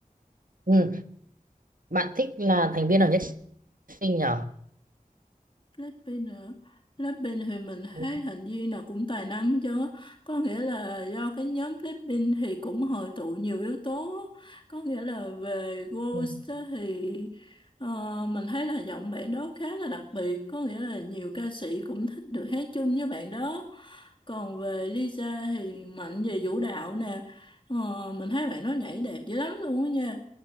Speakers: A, on the right; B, on the left.
A: ừ. bạn thích là thành viên nào nhất sinh nhỉ
B: Philippines nữa Philippines thì mình
A: ừ.
B: thấy thành viên nào cũng tài năng chứ có nghĩa là do cái nhóm Philippines thì cũng hội tụ nhiều yếu tố á. có nghĩa là về Ghost
A: ừ,
B: á thì ờ, mình thấy là giọng bạn đó khá là đặc biệt có nghĩa là nhiều ca sĩ cũng thích được hát chung với bạn đó còn về Lisa thì mạnh về vũ đạo nè Ờ, mình thấy bạn đó nhảy đẹp dữ lắm luôn á nha